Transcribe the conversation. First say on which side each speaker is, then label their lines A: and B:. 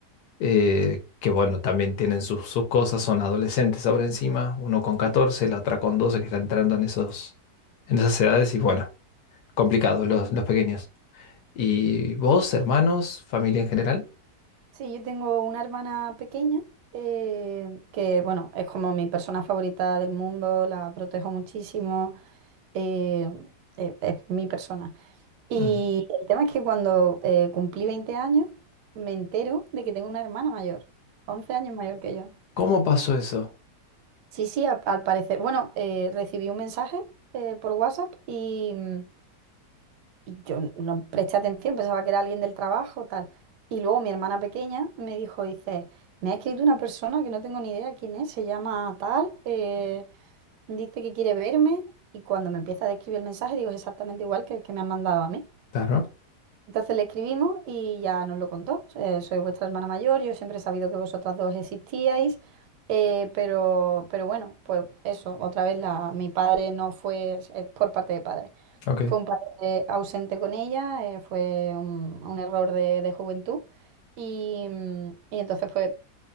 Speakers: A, on the left; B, on the right.
A: eh, que bueno, también tienen sus, sus cosas, son adolescentes ahora encima, uno con catorce la otra con doce que está entrando en esos, en esas edades y bueno, complicados los, los pequeños. ¿Y vos, hermanos, familia en general?
B: Sí, yo tengo una hermana pequeña eh, que, bueno, es como mi persona favorita del mundo, la protejo muchísimo, eh, eh, es mi persona. Y
A: Mm,
B: el tema es que cuando eh, cumplí veinte años me entero de que tengo una hermana mayor, 11 años mayor que yo.
A: ¿Cómo pasó eso?
B: Sí, sí, a- al parecer. Bueno, eh, recibí un mensaje eh, por WhatsApp y... mm, Y yo no presté atención, pensaba que era alguien del trabajo, tal. Y luego mi hermana pequeña me dijo, dice, me ha escrito una persona que no tengo ni idea quién es, se llama tal, eh, dice que quiere verme. Y cuando me empieza a describir el mensaje, digo, es exactamente igual que el que me han mandado a mí.
A: Claro,
B: Entonces le escribimos y ya nos lo contó. Eh, soy vuestra hermana mayor, yo siempre he sabido que vosotras dos existíais, eh, pero, pero bueno, pues eso, otra vez la, mi padre no fue es por parte de padre.
A: ok,
B: Fue un padre ausente con ella, eh, fue un, un error de, de juventud y, mm, y entonces pues